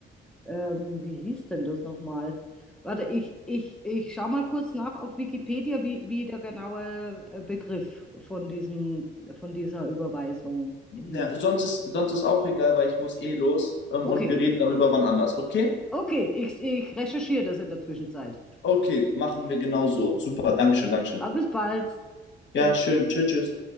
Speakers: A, in the centre; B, on the left.
A: Ähm, wie hieß denn das nochmal? Warte, ich, ich, ich schau mal kurz nach auf Wikipedia, wie, wie der genaue äh, Begriff von diesem, von dieser Überweisung hieß.
B: Ja, sonst, ist, sonst ist auch egal, weil ich muss eh los ähm,
A: Okay,
B: und wir reden darüber wann anders, okay?
A: okay, ich, ich recherchiere das in der Zwischenzeit.
B: Okay, machen wir genauso. Super, Dankeschön, Dankeschön.
A: Aber bis bald.
B: Ja,
A: Tschüss.
B: schön. Tschüss, tschüss.